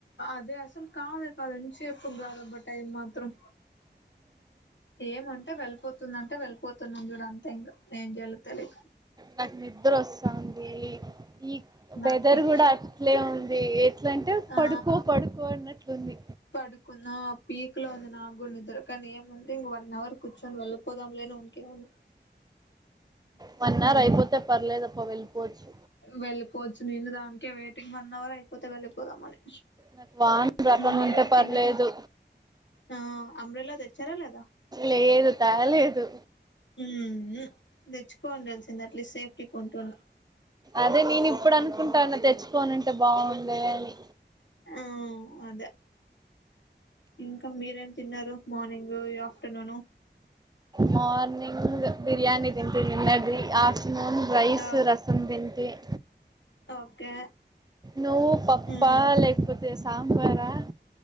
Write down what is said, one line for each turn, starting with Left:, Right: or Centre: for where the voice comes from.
Left: అదే అసలు కాదే కాదు ఎం చెప్పు కాదబ టైం మాత్రం ఏమంటే వెళ్ళిపోతుంద అంటే వెళ్ళిపోతున్నాం చూడు అంతే ఇంకా ఏం చేయలో తెలియదు
Right: నాకు నిద్ర వస్తుంది ఈ
Left: నాకు
Right: వెదర్
Left: పిచ్చి
Right: కూడా అట్లే ఉంది అట్లంటే
Left: ఆ
Right: పడుకో పడుకో అన్నట్లుంది
Left: పడుకున్న పీక్ లో ఉంది నా కూడ నిద్ర కానీ ఏముంది ఇంక వన్ అవర్ కూర్చొని వెళ్ళిపోతే పోదాం లే రూమ్ కే అని
Right: వన్ అవర్ అయిపోతే పర్లేదు అబ్బా వెళ్ళిపోవచ్చు
Left: వెళ్ళిపోవచ్చు నేను దానికే వెయిటింగ్ వన్ అవర్ అయిపోతే వెళ్ళిపోదామని
Right: నాకు వాన్ రకం
Left: మీరేం
Right: ఉంటే పర్లేదు
Left: తినరు ఆ అంబ్రెల్లా తెచ్చారా లేదా
Right: లేదు తేలేదు
Left: ఉమ్ ఉహు తెచ్చుకోవలి తెలిసింది అట్లీస్ట్ సేఫ్టీ కుంటున్నా
Right: అదే నేను ఇప్పుడు అనుకుంటునా తెచ్చుకోనుంటే బాగుండే అని
Left: ఆ అదే ఇంకా మీరేం తిన్నారు మార్నింగ్ ఆఫ్టర్నూన్
Right: మార్నింగ్ బిర్యానీ తింటిని నిన్నడిది ఆఫ్టర్నూన్ రైస్
Left: ఆ
Right: రసం రసం తింటిని
Left: ఓకే
Right: నువ్వు పప్పా
Left: ఉమ్
Right: లే లేకపోతే సాంబారా